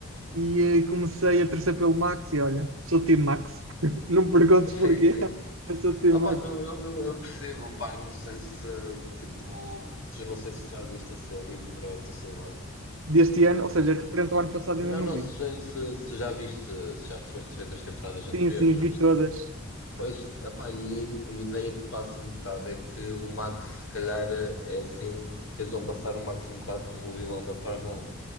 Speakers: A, on the right; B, on the left.
A: E eh, comecei a torcer pelo Max e olha, sou o time Max. <laughs> Não me perguntes porquê,
B: Sim, sim.
A: mas sou o time
B: Ah
A: Max.
B: pá, não, eu, eu, eu percebo, pá, não sei se, do tipo, tu não sei se já viste a série do Drive to Survive.
A: Deste ano, ou seja, referente ao ano passado ainda
B: Não,
A: não
B: não,
A: vi.
B: se já, se, se já viste, se já foste vendo as temporadas anteriores,
A: Sim, sim,
B: não
A: vi
B: preciso.
A: todas.
B: Pois, ah e a ideia que passa um bocado é que o Max, se calhar, é assim, tipo, tentam passar o Max um bocado como o vilão da Fórmula 1.